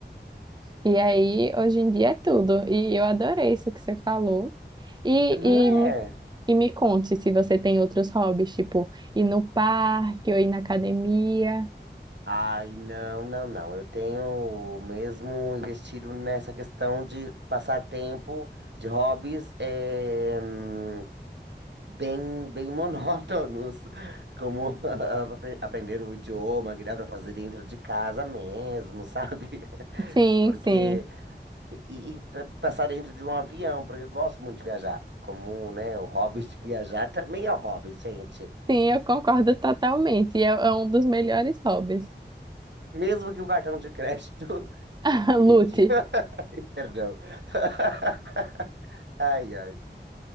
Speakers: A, on the right (about 25°); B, on the right (about 75°).
A: E aí, hoje em dia é tudo. E eu adorei isso que você falou. E,
B: Não é?
A: e, me- e me conte se você tem outros hobbies, tipo ir no parque ou ir na academia.
B: Ai, não, não, não. Eu tenho mesmo investido nessa questão de passar tempo de hobbies eh, hum, bem, bem monótonos, <laughs> como <laughs> apre- aprender o idioma, que dá pra fazer dentro de casa mesmo, sabe? <laughs>
A: Sim,
B: Porque
A: sim.
B: e, e pa- passar dentro de um avião, porque eu gosto muito de viajar. Como, né, o hobby de viajar também é um hobby, gente.
A: Sim, eu concordo totalmente. E É, é um dos melhores hobbies.
B: Mesmo que o cartão de crédito <laughs>
A: <laughs>
B: grite.
A: Lute.
B: <laughs> Perdão. <laughs> Ai, ai.